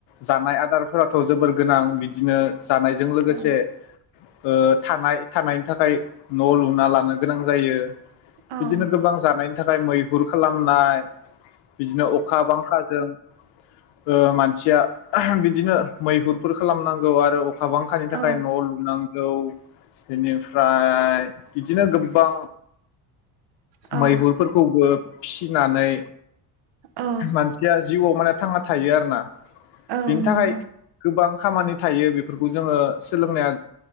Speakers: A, on the left; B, on the right.
A: जानाय आदारफोराथ जोबोर गोनां बिदिनो जानायजों लोगोसे
B: औ
A: ओ थानाय थानायनि थाखाय न लुना लानो गोनां जायो
B: औ
A: बिदिनो गोबां जानायनि थाखाय मैहुर खालामनाय बिदिनो अखा बांखाजों ओ मानसिया बिदिनो मैहुरफोर खालामनांगौ आरो अखा बांखानि
B: औ
A: थाखाय न लुुनां गौ बेनिफ्राय इदिनो गोबां
B: औ
A: मैहुरफोरखौबो फिसिनानै
B: औ
A: मानसिया जिउवाव माने थांना थायो आरो ना
B: औ
A: बेनि
B: नंगौ
A: थाखाय गोबां खामानि थायो बेफोरखौ जोङो सोलोंनाया